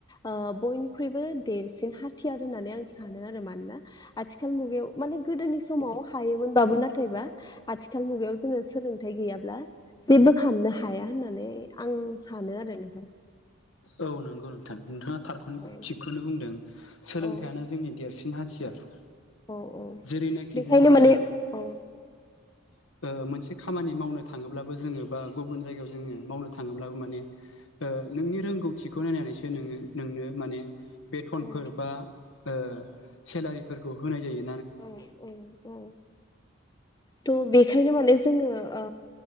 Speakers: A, on the left; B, on the left.
A: ओ बयनिख्रुइबो देरसिन हाथियार होननानै आं सानो आरो मानोना आथिखाल खाल मुगायाव माने गोदोनि समाव हायोमोनबाबो नाथायबा आथिखाल मुगायाव जोङो सोलोंथाइ गैयाब्ला जेबो खामनो हाया होननानै आं सानो आरो नोंथां
B: औ नंगौ नोंथां नोंथाङा थारखौनो
A: औ
B: थिगखौनो बुंदों सोलोंथाइयानो
A: औ
B: जोंनि देरसि न हाथियार
A: औ औ
B: जेरैनाखि
A: बेखायनो
B: जोङो
A: माने औ
B: <inaudible> ओ मोनसे खामानि मावनो थाङोब्लाबो जोङो बा गुबुन जायगायाव जोङो मावनो थाङोब्लाबो माने ओ नोंनि रोंगौथिखौ नायनानैसो नोङो नोंनो माने बेथनफोर
A: औ
B: बा ओ सेलारिफोरखौ होनाय जायो
A: औ औ औ थ बेखायनो माने जोङो ओ